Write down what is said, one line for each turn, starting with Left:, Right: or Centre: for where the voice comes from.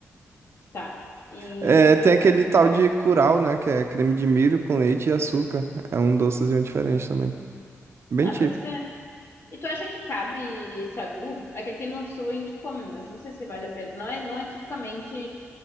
Left: Tá. E.
Right: É, tem aquele tal de curau, né? Que é creme de milho com leite e açúcar. É um docezinho diferente também. Bem
Left: Ah,
Right: típico.
Left: pode ser. E tu acha que cabe sagu? É que aqui no sul a gente come, mas não sei se vale a pena. Não é, não é tipicamente